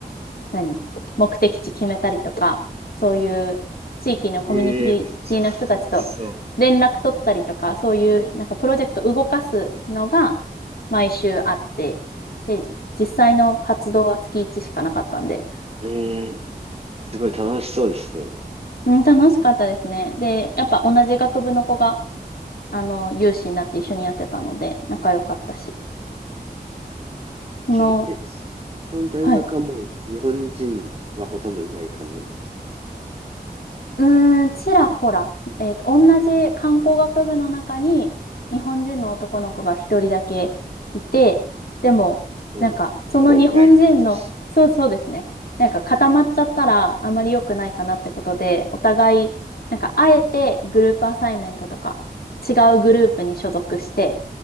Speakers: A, on the left; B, on the right.
A: 何目的地決めたりとか、そういう地域のコミュニティの人たちと連絡取ったりとか、
B: ええめっちゃ楽しそ
A: そういうなんかプロジェクトを動かすのが毎週あって、で、実際の活動は月1しかなかったんで、
B: う。ええすごい楽しそうですね。
A: うん、楽しかったですね。で、やっぱ同じ学部の子が、あの、有志になって一緒にやってたので、仲良かったし。あの、
B: それ、え、その大学はもう日本人はほとんどいない感じなんです。
A: はい。うーん、ちらほら、えーと、同じ観光学部の中に日本人の男の子が一人だけいて、でも、
B: もう、
A: なんか、その日本人の、
B: ほぼいないに等しい。
A: そうそうですね、なんか固まっちゃったらあまり良くないかなってことで、お互い、なんか、あえてグループアサイメントとか、違うグループに所属して